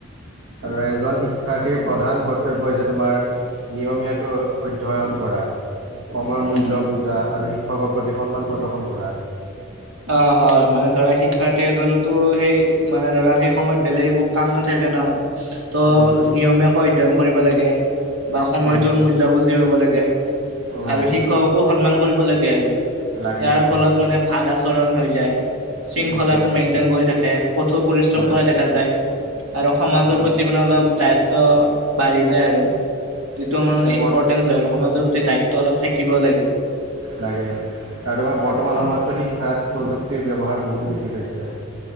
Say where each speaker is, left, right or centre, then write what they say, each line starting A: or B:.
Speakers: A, on the right (about 65°); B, on the right (about 80°).
A: আৰু এজন শিক্ষাৰ্থীৰ প্ৰধান কৰ্তব্য হৈছে তোমাৰ নিয়মীয়াকৈ অধ্যয়ন, কৰা, সময়ৰ
B: উম
A: মূল্য
B: উম
A: বুজা আৰু শিক্ষকৰ প্ৰতি সন্মান প্ৰদৰ্শন কৰা।
B: অ', হয়। মানে ধৰা শিক্ষাৰ্থী এজনৰ টো সেই মানে ধৰা সেই সময়ত বেলেগ একো কাম নাথাকে না। টো
A: উম
B: নিয়মীয়াকৈ অধ্যয়ন কৰিব লাগে বা সময়টোৰ
A: উম
B: মূল্য বুজি পাব লাগে।
A: উম
B: আৰু শিক্ষককো সন্মান কৰিব লাগে আৰু-
A: লাগে
B: ইয়াৰ
A: লাগে
B: ফলত মানে ভাল আচৰণ হৈ যায় শৃংখলাটো
A: সেইটোৱে
B: মেইনটেইন কৰি থাকে, কঠোৰ পৰিশ্ৰম
A: হয়
B: কৰা দেখা যায়। আৰু সমাজৰ
A: উম
B: প্ৰতি মানে অলপ দায়িত্ব বাঢ়ি যায় আৰু সেইটো আমাৰ মানে
A: এই বৰ
B: ইম্পৰ্টেঞ্চ হয় আৰু সমাজৰ প্ৰতি দায়িত্ব অলপ থাকিব লাগে।
A: লাগে কাৰোবা বৰ্তমান সময়তো শিক্ষাত প্ৰযুক্তিৰ ব্যৱহাৰ বহুত বৃদ্ধি পাইছে।